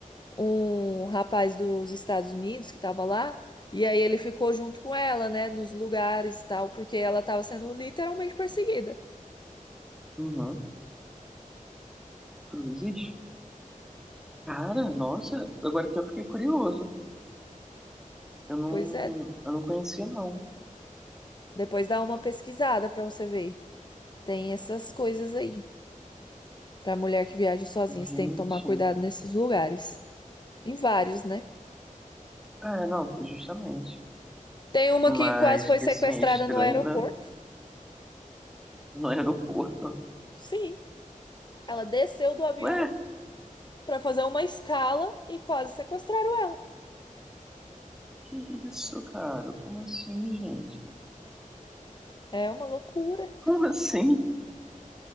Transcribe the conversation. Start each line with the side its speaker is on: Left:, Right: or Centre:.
Left: um rapaz dos Estados Unidos que estava lá e aí ele ficou junto com ela, né, nos lugares e tal, porque ela estava sendo literalmente perseguida.
Centre: Uhum. Cruzes? Cara, nossa, agora que eu fiquei curioso. Eu não,
Left: Pois é,
Centre: eu não conhecia, não.
Left: depois dá uma pesquisada para você ver. Tem essas coisas aí. Para mulher que viaja sozinha,
Centre: Gente.
Left: você tem que tomar cuidado nesses lugares. Em vários, né?
Centre: Ah, não, justamente.
Left: Tem uma
Centre: Mas
Left: que quase foi
Centre: que
Left: sequestrada
Centre: assim, é estranho,
Left: no aeroporto.
Centre: né? No aeroporto.
Left: Sim, ela desceu do avião
Centre: Ué,
Left: para fazer uma escala e quase sequestraram ela.
Centre: que isso, cara? Como assim, gente?
Left: É uma loucura.
Centre: Como assim?